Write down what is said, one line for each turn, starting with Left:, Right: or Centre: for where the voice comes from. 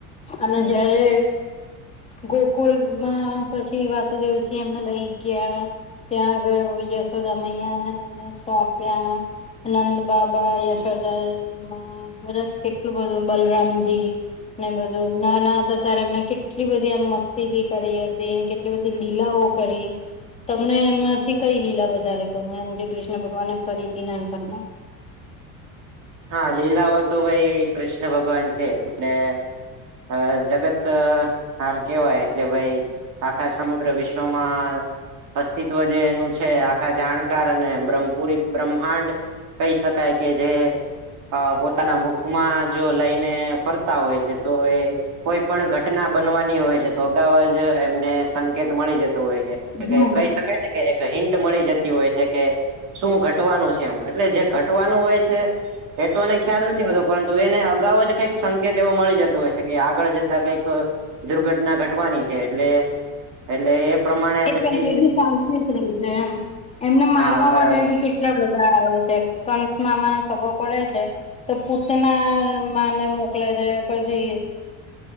Left: અને જયારે ગોકુળ માં પછી વાસુદેવ છે એમને લઈ ગ્યા. ત્યાં આગળ યશોદમૈયાને એમને સોંપ્યા નંદ બાબા યશ દા માં બધા કેટલું બધું બલરામજી. ને બધું ના ના હતા ત્યારે એમને કેટલી બધી આ મસ્તી બી કરી હતી. એ બધી લીલાઓ કરી. તમને એમાંથી કઈ લીલા વધારે ગમે એમ જે કૃષ્ણ ભગવાન કરી નાનપણમા.
Right: હા લીલાઓ તો ભાઈ કૃષ્ણ ભગવાન છે એટલે. હ જગત હાર કેવાય એટલે ભાઈ. આખા સમગ્ર વિશ્વમાં. અસ્તિત્વ જે એનું છે આખા જાણકાર અને બ્રહ્મપુરી બ્રહ્માંડ કહી શકાય કે જે અ પોતાના મુખમાં જો લઈને ફરતા હોય છે તો એ કોઈ પણ ઘટના બનવાની હોય છે તો અગાઉ જ એમને સંકેત મળી જતો હોય છે
Left: હા
Right: એ કહી શકાય ને એક હિન્ટ મળી જતી હોય છે કે શું ઘટવાનું છે એમ એટલે જે ઘટવાનું હોય છે એ તો એને ખ્યાલ નથી હોતો પરંતુ એને અગાઉ જ કંઈક સંકેત એવો મળી જતો હોય છે કે આગળ જતા કંઈક દુર્ઘટના ઘટવાની છે એટલે એટલે એ પ્રમાણે
Left: એ
Right: પછી
Left: પહેલે બી સાવ જ રહી છે એમ એમને મારવા
Right: હા બરાબર
Left: માટે બી કે એટલા બધા આવે છે કંસમાં અમાને ખબર પડે છે તો પુતના માને મોકલ્યા જાય પછી